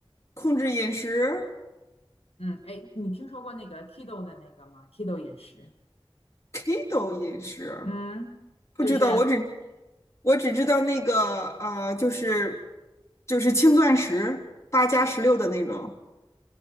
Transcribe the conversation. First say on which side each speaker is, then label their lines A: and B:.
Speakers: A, on the left; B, on the left.
A: 控制饮食
B: 嗯，哎，你听说过那个 keto 的那个吗？keto 饮食，
A: ，keto 饮食。
B: 嗯，
A: 不知道，
B: 就是
A: 我只我只知道那个呃，就是就是轻断食，八加十六的那种。